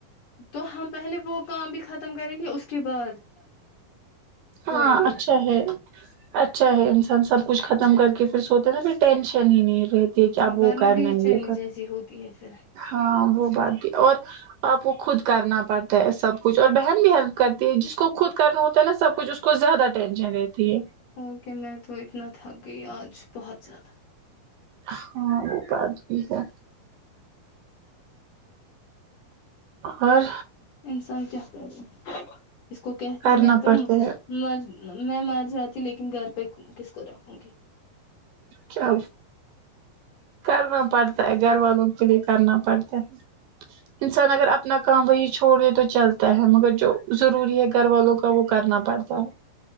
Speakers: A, on the left (about 60°); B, on the right (about 75°).
A: تو ہم پہلے وہ کام بھی ختم کریں گے اس کے بعد
B: ہاں
A: سوئیں گے
B: اچھا ہے اچھا ہے انسان سب کچھ ختم کر ھر سوچتےا پھر ینشن تن نہیں رہتی ہے کہ اب وہ
A: ورنہ
B: کرنا
A: بے
B: ہے
A: چینی
B: یہ کر
A: جیسی ہوتی ہے پھر
B: ہاں وہ پاتی اور آپ کو خود کرنا پڑتی سب کچھ اور بہن بھیہن کرتی ہے جس کو خود کرنا ہوتا ہے نا سب اس کو زیادہ ٹینشن رہتی ہے
A: اور کہ میں تو اتنا تھک گئی آج بہت زیادہ
B: ہاں وہ بات بھی ہے اور
A: انسان کی کرے اس کو کہتے
B: کرنا
A: ہیں تو
B: پڑتا ہے
A: مر میں مار جاتی لیکن گھر پہ کس کو رکھوں گی
B: کیا کرنا پڑتا ہے گھر والوں کے لیے کرنا پڑتا ہے انسان اگر آپ اپنا کام وہی چھوڑ دے تو چلتا ہے مگر جو ضروری ہے گھر والوں کا وہ کرنا پڑتا ہے